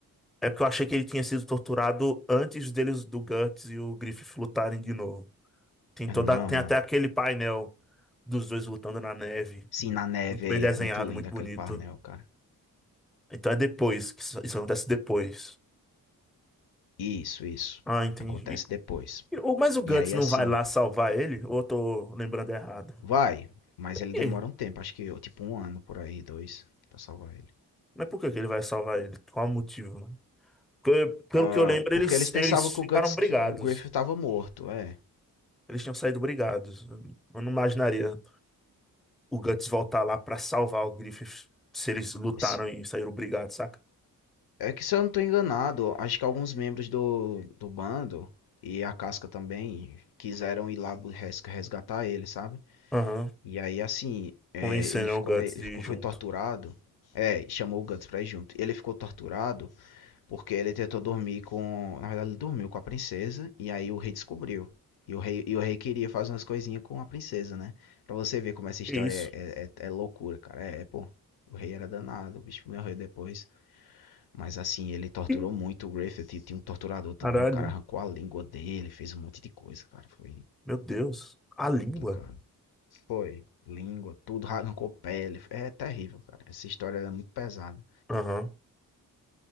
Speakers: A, in the centre; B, on the left.
A: É porque eu achei que ele tinha sido torturado antes deles do Guts e o Griffith lutarem de novo. Tem
B: Ah,
A: toda,
B: Não,
A: tem
B: não.
A: até aquele painel dos dois lutando na neve,
B: Sim, na neve
A: muito bem
B: aí,
A: desenhado,
B: é muito lindo
A: muito
B: aquele
A: bonito.
B: parnel, cara.
A: Então é depois que isso, isso acontece depois.
B: Isso, isso.
A: Ah, entendi.
B: Acontece
A: E-
B: depois.
A: e- o- mas o Guts
B: E aí,
A: não
B: assim,
A: vai lá salvar ele? Ou eu tô lembrando errado?
B: Vai, mas
A: Por
B: ele
A: quê?
B: demora um tempo, acho que tipo um ano por aí, dois, pra salvar ele.
A: Mas por que que ele vai salvar ele? Qual o motivo, né? Porque, pelo
B: Ah,
A: que eu lembro,
B: porque
A: eles,
B: eles pensavam
A: eles
B: que
A: ficaram
B: o Guts
A: brigados.
B: que o Griffith tava morto, é.
A: Eles tinham saído brigados. Eu não imaginaria. o Guts voltar lá pra salvar o Griffith se eles lutaram
B: Se-
A: e saíram brigados, saca?
B: É que se eu não tô enganado, acho que alguns membros do, do bando e a Casca também quiseram ir lá bu- res- resgatar ele, sabe?
A: Aham.
B: E aí assim, é,
A: Convenceram
B: ele ficou
A: o Guts
B: daí- ele
A: de
B: ficou
A: ir junto.
B: foi torturado. É, chamou o Guts pra ir junto. Ele ficou torturado Porque ele tentou dormir com. Na verdade, ele dormiu com a princesa e aí o rei descobriu. E o rei, e o rei queria fazer umas coisinhas com a princesa, né? Pra você ver como essa história
A: Que isso.
B: é, é, é é loucura, cara. É, é, pô. O rei era danado, o bicho morreu depois. Mas assim, ele torturou
A: Ih,
B: muito o Griffith. E tinha um torturador também.
A: Caralho.
B: O cara arrancou a língua dele, fez um monte de coisa, cara. Foi
A: Meu Deus. A língua.
B: complicado. Foi. Língua, tudo, arrancou pele. É terrível, cara. Essa história ela é muito pesada.
A: Aham.